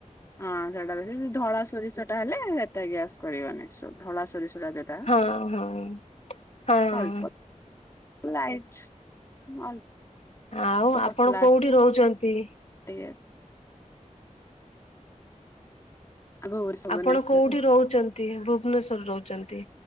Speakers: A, on the left; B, on the left.
A: ହଁ ସେଟା ବେଶୀ ଧଳା ସୋରିଷ ଟା ହେଲେ ସେଟା ଗ୍ୟାସ କରିବନି ସୋ ଧଳା ସୋରିଷ ଯୋଉଟା ଟା।
B: ହଁ ହଁ ହଁ।
A: ଅଳ୍ପ ଲାଇଟ୍ ଅଳ୍ପ।
B: ଆଉ
A: ପତଲା
B: ଆପଣ କୋଉଠି ରହୁଛନ୍ତି।
A: ଟିକେ। ଭୁବନେଶ୍ଵରରେ
B: ଆପଣ କୋଉଠି ରହୁଛନ୍ତି ଭୁବନେଶ୍ଵର ରେ ରହୁଛନ୍ତି